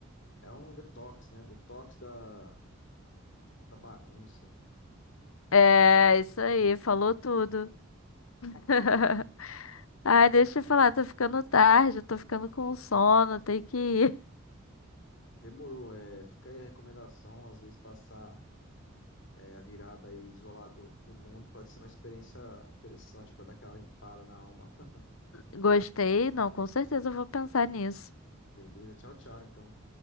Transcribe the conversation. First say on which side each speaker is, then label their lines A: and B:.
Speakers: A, on the left; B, on the left.
A: É um detox, né? Detox da, da bagunça.
B: É,
A: Ah,
B: isso
A: tá tranquilão.
B: aí, falou tudo. <laughs>
A: Uhum.
B: Ai, deixa
A: É.
B: eu falar, tô ficando tarde, tô ficando com sono, tem que ir.
A: Demorou, é, fica aí a recomendação, às vezes passar é, a virada aí isolado do mundo pode ser uma experiência interessante para dar aquela limpada na alma. <laughs>
B: Gostei? Não, com certeza eu vou pensar nisso.
A: Beleza, tchau, tchau, então.